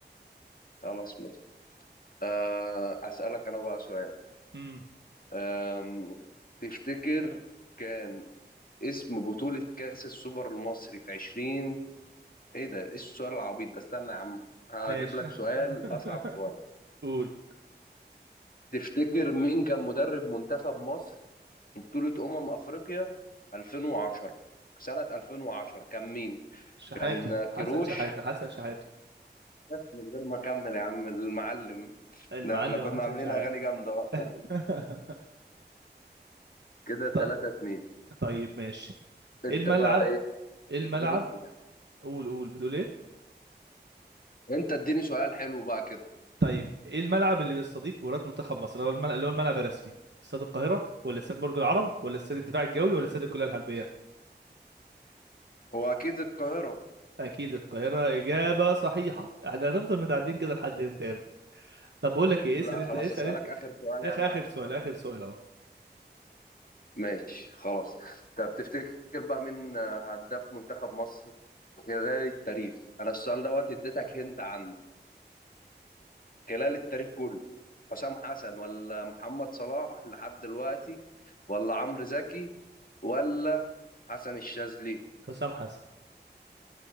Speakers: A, on the left; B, on the right.
A: خلاص ماشي آه، اسالك انا بقى سؤال
B: امم
A: آم، تفتكر كان اسم بطولة كأس السوبر المصري في 20 ايه ده ايه السؤال العبيط ده استنى يا عم هجيب
B: ماشي
A: لك
B: <laughs>
A: سؤال اصعب شوية
B: قول
A: تفتكر مين كان مدرب منتخب مصر في بطولة امم افريقيا 2010 سنة 2010 كان مين
B: شحاتة
A: كان كيروش
B: حسن شحاتة حسن شحاتة
A: بس من غير ما اكمل يا عم المعلم
B: المعلم
A: ده احنا كنا
B: حسن
A: عاملين
B: شحاتة
A: اغاني جامده وقتها
B: <laughs>
A: كده 3
B: ط-
A: 2
B: طيب ماشي
A: انت
B: ايه الملعب
A: بقى ايه
B: ايه الملعب
A: اديني كده
B: قول قول بتقول ايه
A: انت اديني سؤال حلو بقى كده
B: طيب ايه الملعب اللي بيستضيف مباراة منتخب مصر اللي هو الملعب, اللي هو الملعب الرسمي استاد القاهرة ولا استاد برج العرب ولا استاد الدفاع الجوي ولا استاد الكلية الحربية
A: هو اكيد القاهره
B: اكيد القاهرة اجابة صحيحة احنا هنفضل متعدين كده لحد امتى يا ابني؟ طب بقول لك ايه
A: لا
B: اسأل انت
A: خلاص
B: اسأل
A: اسالك
B: انت
A: اخر سؤال
B: اخر
A: يا عم
B: اخر
A: عشان
B: سؤال
A: خاطر-
B: اخر سؤال اهو
A: ماشي خلاص طب تفتكر بقى مين آه، هداف منتخب مصر خلال التاريخ انا السؤال دوت اديتك هنت عنه خلال التاريخ كله حسام حسن ولا محمد صلاح لحد دلوقتي ولا عمرو زكي ولا حسن الشاذلي
B: حسام حسن